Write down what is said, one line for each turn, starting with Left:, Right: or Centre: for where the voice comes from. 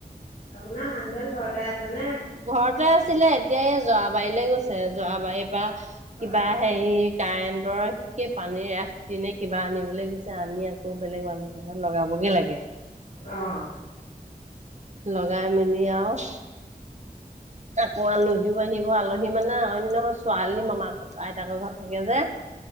Left: আপোনাৰ মানুহজন ঘৰতে আছে নে?
Right: ঘৰতে আছিলে এতিয়া এই যোৱাবাৰীলৈ গৈছে যৰাাবাৰীৰ পৰা কিবা
Left: অ',
Right: হেৰি? কাৰেণ্টৰকে পানীৰ এ দিনে কিবা আনিবলৈ গৈছে আনি আকৌ বেলেগ মানুহে ত লগাবগে লাগে?
Left: অ,
Right: লগাই মেলি আৰু আকৌ আলহীও আহিব আলহী মানে অন্য ছোৱালী মামাক আইতাকৰ ঘৰত থাকে যে।